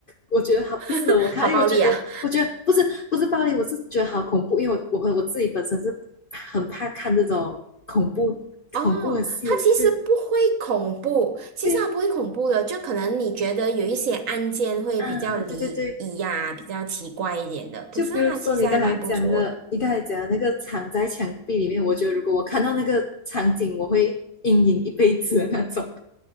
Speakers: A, on the left; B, on the right.
A: 我觉得好不适合我看，
B: <laughs> 好暴力啊！
A: 因为我觉得，我觉得不是不是暴力，我是觉得好恐怖，因为我我我自己本身是很怕看这种恐怖恐怖的戏的。
B: 哦，它其实不会恐怖，
A: 对，
B: 其实它不会恐怖的，
A: 诶
B: 就可能你觉得有一些案件会比较离异呀、
A: 啊，对对对，
B: 比较奇怪一点的，
A: 就比如说你刚才讲的，
B: 可是它其实还蛮不错的。
A: 你刚才讲的那个藏在墙壁里面，我觉得如果我看到那个场景，我会阴影一辈子的那种。